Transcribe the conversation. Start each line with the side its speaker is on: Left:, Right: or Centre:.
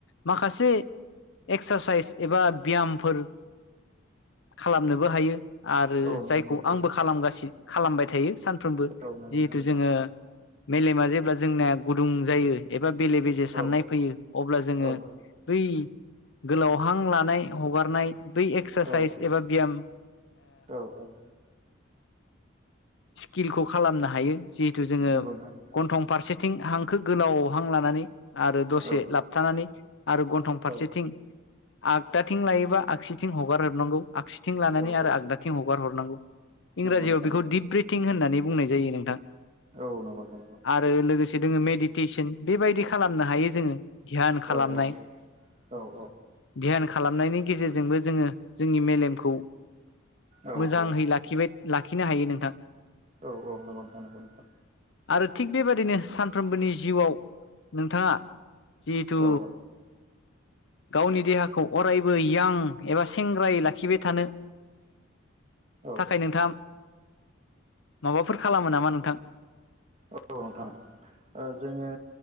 Left: माखासे एक्सारसाइज एबा व्यामफोर खालामनोबो हायो आरो
Right: औ नंगौ
Left: जायखौ
Right: नंगौ नोंथां
Left: आंबो खालामगासि खालामबाय थायो सानफ्रोमबो
Right: औ नंगौ
Left: जिहेथु
Right: नोंथां नंगौ
Left: जोङो मेलेमा जेब्ला जोंनिया गुदुं जायो ए बा बेले बेजे साननाय
Right: औ
Left: फैयो अब्ला जोङो
Right: औ
Left: बै गोलावहां लानाय हगारनाय ब एक्सारसाइस
Right: औ
Left: एबा बियाम
Right: औ औ
Left: स्किलखौ खालामनो हायो जिहेथु जोङो
Right: नंगौ नोंथां
Left: गन्थं फारसे थिं हांखो गोलाव हां लानानै आरो दसे
Right: औ
Left: लाबथानानै आरो गन्थं फारसेथिं
Right: औ
Left: आगदाथिं लायोबा आगसिथिं हगार हरनांगौ आगसिथिं लानानै
Right: औ
Left: आरो आगदाथिं हगार हरनांगौ
Right: नंगौ
Left: इंराजियाव
Right: नोंथां
Left: बेखौ
Right: नंगौ
Left: दिप ब्रिथिं होननानै बुंनाय जायो नोंथां।
Right: औ नंगौ नोंथां नंगौ
Left: आरो लोगोसे दोङो मेडिटेसन बेबायदिखो खालामनो हायो जोङो ध्यान खालामनाय
Right: औ औ
Left: ध्यान। खालामनायनि गेजेरजोंबो जोङो जोंनि मेलेमखौ
Right: औ
Left: मोजांहै
Right: औ
Left: लाखिबाय लाखिनो हायो नोंथां।
Right: औऔ नंगौ नोंथां नंगौ नोंथां।
Left: आरो थिग बेबायदिनो सान सानफ्रोमबोनि जिउआव नोंथाङा जिहेथु
Right: औ
Left: गावनि देहाखौ अरायबो यां एबा सेंग्रायै लाखिबाय थानो।
Right: औ
Left: थाखाय नोंथाङा माबाफोर खालाम नामा नोंथां?
Right: औ नोंथां अ जोङो